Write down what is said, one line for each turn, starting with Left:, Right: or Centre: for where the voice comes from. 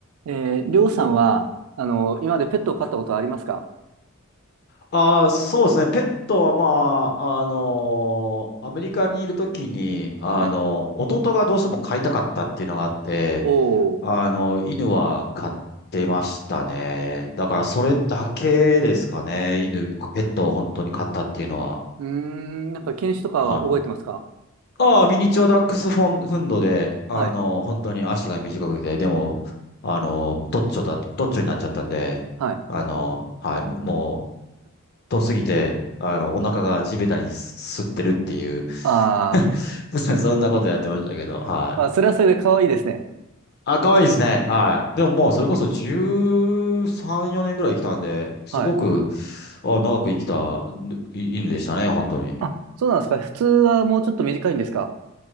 Right: えー、りょうさんは、あの、今までペットを飼ったことはありますか
Left: ああ、そうですね。ペットは、まあ、あのーアメリカにいるときに、あの、
Right: はい。
Left: 弟がどうしても飼いたかったっていうのがあって、
Right: おー。
Left: あの、犬は飼ってましたね。だから、それだけですかね。犬、ペットを本当に飼ったっていうのは。
Right: うーん、なんか犬種とかは覚えてますか
Left: はい。ああ、ミニチュアダックスフォン、フンドで、あの、
Right: はい。
Left: 本当に足が短くて、でも、あの、どっちょだ、どっちょになっちゃったんで、
Right: はい。
Left: あの、はい、もう、とすぎて、あの、お腹が地べたにす吸ってるっていう、
Right: あー。
Left: <laughs> そんなことやってましたけど、はい。
Right: まあ、それはそれで可愛いですね。
Left: あ、可愛いですね。はい。でももうそれこそ十三四年ぐらい生きたんで、すごく、
Right: はい。
Left: あ、長く生きたい犬でしたね、本当に。
Right: あ、そうなんですか普通はもうちょっと短いんですか